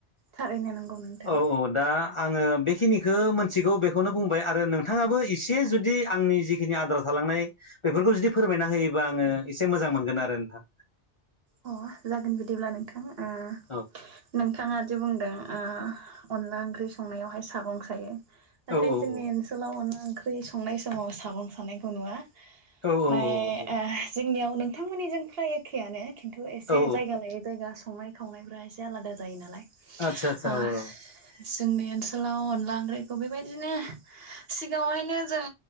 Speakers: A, on the right (about 60°); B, on the left (about 35°).
A: थारैनो नंगौ नोंथां।
B: औ औ दा आङो बेखिनिखो मिथिगौ बेखौनो बुंबाय आरो नोंथाङाबो एसे जुदि आंनि जिखिनि आद्रा थालां नाय बेफोरखौ जुदि फोरमायना होयोबा आङो एसे मोजां मोनगोन आरो नोंथां।
A: अ जागोन बिदिब्ला नोंथां ओ
B: औ
A: नोंथाङा जे बुंदों ओ अनला ओंख्रि संनायावहाय सागं सायो नाथाय
B: औ
A: जोंनि
B: औ
A: ओनसोलाव अनला ओ ओंख्रि संनाय समाव सागं सानायखौ नुवा ओमफ्राय
B: औ औ औ
A: ओ जोंनियाव नोंथांमोननिजों फ्राय एखेआनो किन्थु एसे
B: औ
A: जायगा लायै जायगा संनाय खावनायफ्रा एसे आलादा जायो नालाय
B: आतसा आतसा
A: ओ
B: औ औ
A: जोंनि ओनसोलाव अनला ओंख्रिखौ बेबायदिनो सिगांङावहायनो जों